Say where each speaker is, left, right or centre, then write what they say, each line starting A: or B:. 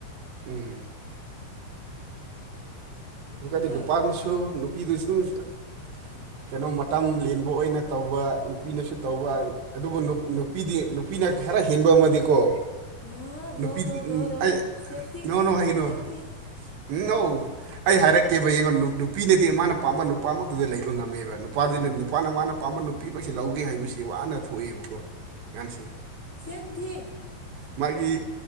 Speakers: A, on the right; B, on the left.
A: ꯎꯝ ꯑꯣꯏꯗꯤ
B: ꯍꯣꯏ
A: ꯅꯨꯄꯥꯅꯁꯨ ꯅꯨꯄꯤꯗꯨꯁꯨ ꯑꯗꯨꯝ ꯀꯩꯅꯣ ꯃꯇꯝ ꯂꯦꯟꯕ ꯑꯣꯏꯅ ꯇꯧꯕ ꯅꯨꯄꯤꯅꯁꯨ ꯇꯧꯕ ꯑꯗꯨꯕꯨ ꯅꯨꯄꯤꯗꯤ ꯅꯨꯄꯤꯅ ꯈꯔ ꯍꯦꯟꯕ ꯑꯃꯗꯤꯀꯣ
B: ꯑ
A: ꯅꯨꯄꯤ
B: ꯅꯣ ꯅꯣ ꯅꯣ ꯅꯣ
A: ꯑꯩ
B: ꯅꯣ ꯁꯦꯝ ꯊꯤꯡ
A: ꯅꯣꯅ
B: ꯁꯦꯝ
A: ꯍꯥꯏꯒꯅꯣꯧ
B: ꯊꯤꯡ ꯁꯦꯝ ꯊꯤꯡ
A: ꯑꯩ ꯍꯥꯏꯔꯛꯀꯦꯕ ꯑꯩꯡꯉꯣꯟ ꯅꯨꯄꯤꯅꯗꯤ ꯃꯥꯅ ꯄꯥꯝꯕ ꯅꯨꯄꯥꯃꯛꯇꯨꯗ ꯂꯩꯕ ꯉꯝꯃꯦꯕ ꯅꯨꯄꯥꯗꯨꯅ ꯅꯨꯄꯥꯅ ꯃꯥꯅ ꯄꯥꯝꯕ ꯅꯨ ꯑꯄꯤꯃꯛꯁꯦ ꯂꯧꯒꯦ ꯍꯥꯏꯕꯁꯤ ꯋꯥꯅ ꯊꯣꯛꯑꯦꯕꯀꯣ ꯏꯀꯥꯟꯁꯦ
B: ꯁꯦꯝꯝ ꯊꯤꯤꯡ
A: ꯃꯥꯒꯤ